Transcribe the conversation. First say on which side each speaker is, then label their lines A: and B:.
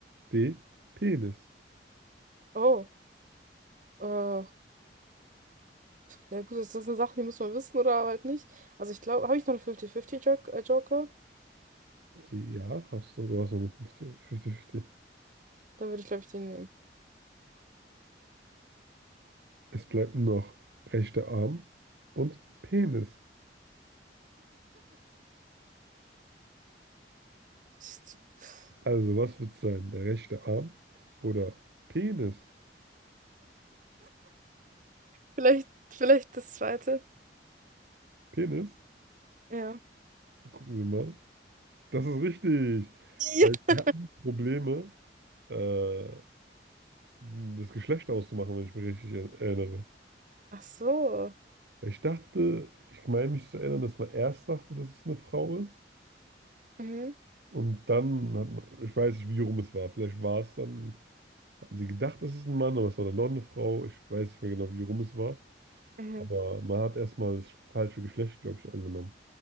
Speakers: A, on the right (about 65°); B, on the right (about 45°).
A: D. Penis.
B: Oh, äh, ja gut, das das sind Sachen, die muss man wissen oder halt nicht. Also ich glaube, habe ich noch einen 50-50-Joker? Äh, Joker?
A: C. Ja, hast du. Du hast noch eine fünfzig fünfzig.
B: Dann würde ich, glaube ich, den nehmen.
A: Es bleibt nur noch rechter Arm und Penis.
B: <laughs>
A: Also, was wird es sein? Der rechte Arm oder Penis?
B: Vielleicht, vielleicht das zweite.
A: Penis?
B: Ja.
A: Gucken wir mal. Das ist richtig.
B: Ja.
A: Weil wir hatten Probleme, äh, das Geschlecht auszumachen, wenn ich mich richtig er- erinnere.
B: Ach so.
A: Weil ich dachte, ich meine mich zu erinnern, dass man erst dachte, dass es eine Frau ist.
B: Mhm.
A: Und dann hat man, ich weiß nicht, wie rum es war. Vielleicht war es dann, hatten sie gedacht, es ist ein Mann, aber es war dann doch eine Frau. Ich weiß nicht mehr genau, wie rum es war.
B: Mhm.
A: Aber man hat erstmal das falsche Geschlecht, glaube ich, angenommen.